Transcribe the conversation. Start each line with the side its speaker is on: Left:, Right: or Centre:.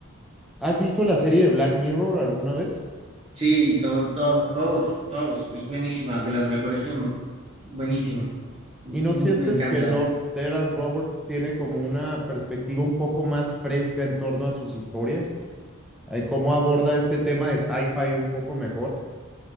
Centre: ¿Has visto la serie de Black Mirror alguna vez?
Right: Sí, todo, todo, todos, todos. Es buenísima, de las mejores que... Buenísima. Mm,
Centre: ¿Y no sientes
Right: Me encanta.
Centre: que Love, Death and Robots tiene como una perspectiva un poco más fresca en torno a sus historias? Eh, ¿Cómo aborda este tema de sci-fi un poco mejor?